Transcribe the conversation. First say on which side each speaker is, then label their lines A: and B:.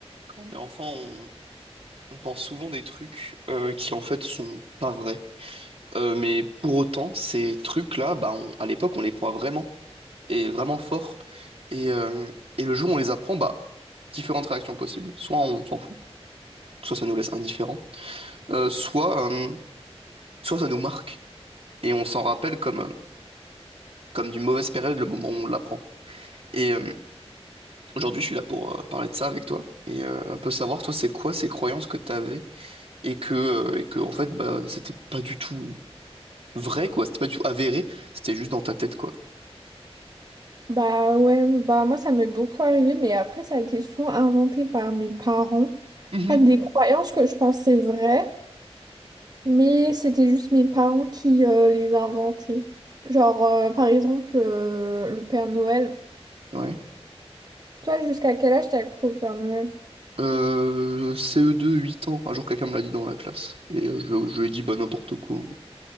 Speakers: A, on the right; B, on the right.
A: Quand on est enfant, on, on pense souvent des trucs euh, qui en fait sont pas vrais. Euh, mais pour autant, ces trucs-là, bah, on- à l'époque, on les croit vraiment et vraiment fort. Et, euh, et le jour où on les apprend, bah, différentes réactions possibles. Soit on s'en fout, soit ça nous laisse indifférents, euh, soit, euh, soit ça nous marque et on s'en rappelle comme, euh, comme d'une mauvaise période le moment où on l'apprend. Et euh, aujourd'hui, je suis là pour euh, parler de ça avec toi et euh, un peu savoir, toi, c'est quoi ces croyances que tu avais et que, euh, et que en fait, bah, c'était pas du tout. vrai, quoi. C'était pas du tout avéré, c'était juste dans ta tête, quoi.
B: Bah ouais, bah moi ça m'est beaucoup arrivé, mais après ça a été souvent inventé par mes parents. En
A: Mhm.
B: fait, des croyances que je pensais vraies, mais c'était juste mes parents qui euh, les inventaient. Genre, euh, par exemple, euh, le Père Noël.
A: Ouais.
B: Toi, jusqu'à quel âge t'as cru au Père Noël?
A: Euh, C E deux huit ans. Un jour, quelqu'un me l'a dit dans la classe. Et euh, je, le- je lui ai dit, bah, n'importe quoi.